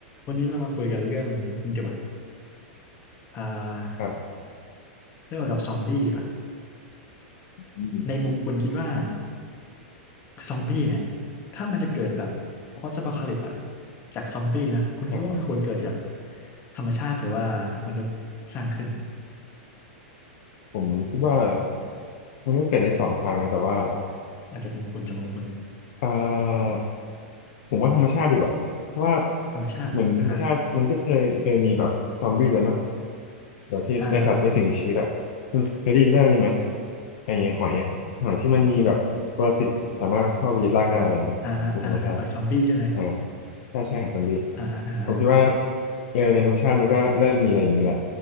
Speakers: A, on the left; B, on the left.
A: วันนี้เรามาคุยกันเรื่องนี่ดีกว่าอ่า
B: ครับ
A: เรื่องเกี่ยวกับซอมบี้ดีป่ะ
B: อืม
A: ในมุมคุณคิดว่าซอมบี้เนี่ยถ้ามันจะเกิดแบบพอสต์อพอคาลิปอะจากซอมบี้นะคุณคิดว่ามันควรเกิดจาก
B: ครับ
A: ธรรมชาติหรือว่ามนุษย์สร้างขึ้น
B: ผมคิดว่ามันก็เกิดได้สองทางนะแต่ว่า
A: อาจจากมุมคุณจากมุมคุณ
B: เอ่อผมว่าธรรมชาติดีกว่าเพราะว่า
A: ธรรมชาติเหรออ่าฮะ
B: เหมือนธรรมชาติมันก็เคยเคยมีแบบซอมบี้แล้วเนาะแบบที่ในสัตว์ในสิ่งมีชีวิตอ่ะคุณเคยได้ยินเรื่องนี้ไหม
A: อ่าฮะ
B: ไอ้หอยอะหอยที่มันมีแบบปรสิตสามารถเข้าไปยึดร่างได้อะไรเนี่ยในธรรมชาติ
A: อ่าฮะอ่าะหอยซอมบี้ใช่ไหม
B: อ่าถ้าใช่หาซอมบี้
A: อ่าฮะอ่าฮะ
B: ผมคิดว่าเออในธรรมชาติมันก็เริ่มมีอะไรอย่างนี้แหละ